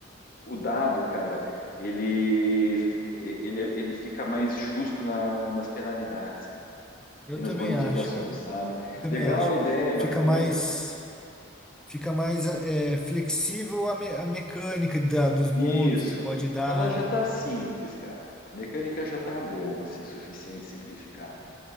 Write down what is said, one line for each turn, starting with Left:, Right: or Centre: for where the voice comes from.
Left: o dado, cara, ele ele, ele fica mais justo na- nas penalidades
Centre: Eu
Left: e nas
Centre: também
Left: bonificações,
Centre: acho, cara.
Left: sabe?
Centre: Eu também
Left: Legal
Centre: acho.
Left: a ideia,
Centre: Fica
Left: bacana.
Centre: mais, fica mais é, flexível a, me- a mecânica da, dos bônus
Left: Isso.
Centre: que você pode dar,
Left: Ela já
Centre: né?
Left: tá simples, cara. A mecânica já tá boa, assim, suficiente, simplificada.